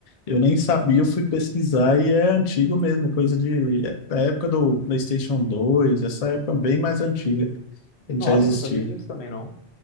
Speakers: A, on the left; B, on the left.
A: Eu nem sabia, eu fui pesquisar e é antigo mesmo, coisa de é, da época do PlayStation 2, essa época bem mais antiga, ele
B: Nossa,
A: já existia.
B: eu não sabia disso também, não.